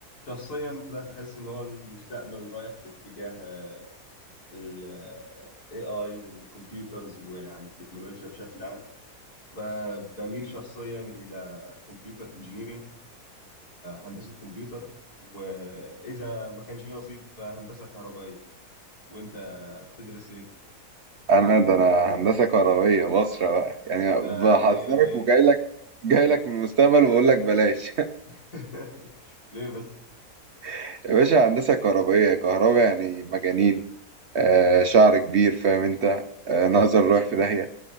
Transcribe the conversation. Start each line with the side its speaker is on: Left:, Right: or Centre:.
Left: شخصيا بدات احس ان هو المستقبل رايح في اتجاه آه، ال AI والكمبيوترز ويعني التكنولوجيا بشكل عام فبميل شخصيا الى كمبيوتر انجينيرنج هندسه كمبيوتر واذا ما كانش في نصيب فهندسه كهربائيه وانت بتدرس ايه؟
Right: انا ده انا هندسه كهربيه بصره بقى يعني
Left: ده
Right: بحذرك
Left: مية مية
Right: وجاي لك جاي لك من المستقبل وبقول لك بلاش
Left: <laughs> ليه بس
Right: <laughs> يا باشا هندسه كهربيه كهرباء يعني مجانين آه شعر كبير فاهم انت آه نظر رايح في داهيه